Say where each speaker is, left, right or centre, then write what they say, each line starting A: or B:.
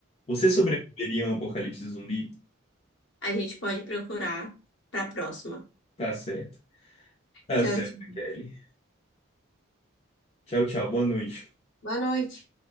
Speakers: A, on the left; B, on the left.
A: Você sobreviveria a um apocalipse zumbi?
B: A gente pode procurar para a próxima.
A: Tá certo. Tá
B: Tchau,
A: certo,
B: tchau.
A: Kelly. Tchau, tchau. Boa noite.
B: Boa noite.